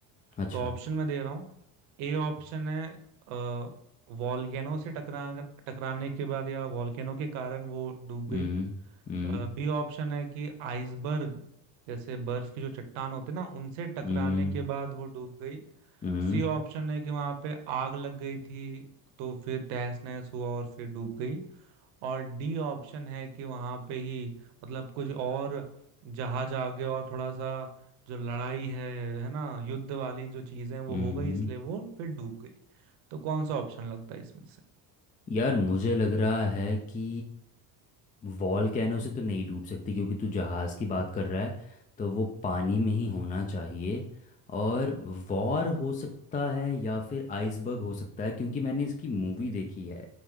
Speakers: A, on the left; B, on the right.
A: अच्छा
B: तो ऑप्शन मैं दे रहा हूँ ए ऑप्शन है अ, वॉल्केनो से टकरा टकराने के बाद या वॉल्केनो के कारण वो डूब
A: हम्म
B: गई
A: हम्म
B: बी ऑप्शन है कि आइसबर्ग जैसे बर्फ की जो चट्टान होते हैं ना उनसे टकराने
A: हम्म
B: के बाद वो डूब गई
A: हम्म
B: सी ऑप्शन है कि वहां पे आग लग गई थी तो फिर तहस नहस हुआ और फिर डूब गई और डी ऑप्शन है कि वहां पे ही मतलब कुछ और जहाज आगे और थोड़ा सा जो लड़ाई है है ना युद्ध वाली जो चीजें वो
A: हम्म,
B: हो गई
A: हम्म,
B: इसलिए वो फिर डूब गई तो कौन सा ऑप्शन लगता है इसमें से
A: यार मुझे लग रहा है कि वॉलकैनो से तो नहीं डूब सकती क्योंकि तू जहाज़ की बात कर रहा है तो वो पानी में ही होना चाहिए और वॉर हो सकता है या फिर आइसबर्ग हो सकता है क्योंकि मैंने इसकी मूवी देखी है